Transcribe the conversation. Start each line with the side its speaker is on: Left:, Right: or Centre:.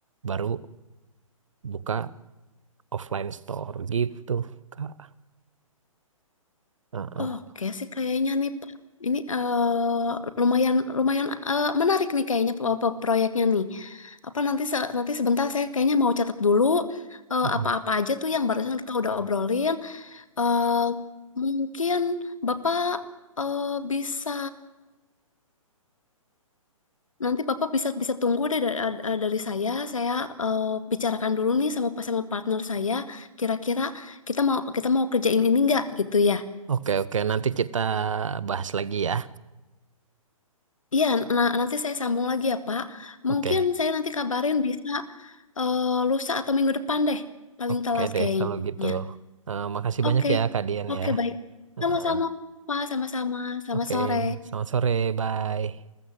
Right: baru buka offline store gitu, Kak. Heeh.
Left: Oke sih kayaknya nih Pak. Ini eh, lumayan lumayan eh, menarik nih kayaknya pro- pro- proyeknya nih. Apa nanti se- nanti sebentar saya kayaknya mau catat dulu eh,
Right: Mm-mm.
Left: apa-apa aja tuh yang barusan kita udah obrolin. Eh, mungkin Bapak eh, bisa Nanti Bapak bisa bisa tunggu deh dari, eh, dari saya. Saya eh, bicarakan dulu nih sama sama partner saya. Kira-kira kita mau kita mau kerjain ini nggak gitu ya?
Right: Oke, oke. Nanti kita bahas lagi ya.
Left: Iya. Nah nanti saya sambung lagi ya Pak.
Right: Oke,
Left: Mungkin saya nanti kabarin bisa eh, lusa atau minggu depan deh. Paling
Right: oke
Left: telat
Right: deh
Left: kayaknya.
Right: kalau gitu. Eh, makasih
Left: Oke,
Right: banyak ya, Kak Dian
Left: oke
Right: ya.
Left: baik.
Right: Eh,
Left: Sama-sama Pak. Sama-sama. Selamat
Right: oke,
Left: sore.
Right: selamat sore. Bye.